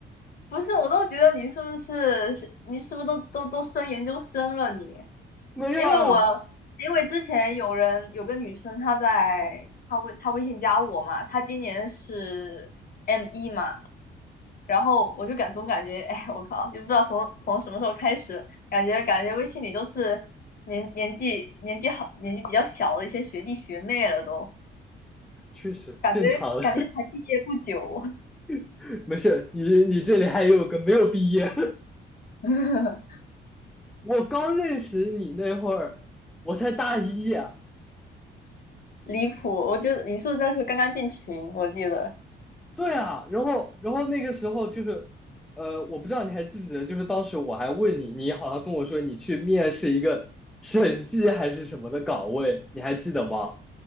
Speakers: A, on the left (about 50°); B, in the centre.
A: 不是，我都觉得你是不是是你是不是都都都升研究生了你？
B: <laughs> 没有啊，
A: 因为我因为之前有人有个女生她在她微她微信加我嘛，她今年是 M 一嘛，然后我就感总感觉，哎，我靠，就不知道从从什么时候开始，感觉感觉微信里都是年年纪年纪好年纪比较小的一些学弟学妹了都，
B: 确实正常的，
A: 感觉感觉才毕业不久，
B: <laughs> 没事。你你这里还有个没有毕业，
A: <laughs>
B: <laughs> 我刚认识你那会儿，我才大一啊。
A: 离谱！我就你是不是那时候刚刚进群？我记得
B: 对啊，然后然后那个时候就是，呃，我不知道你还记不记得，就是当时我还问你，你好像跟我说你去面试一个审计还是什么的岗位，你还记得吗？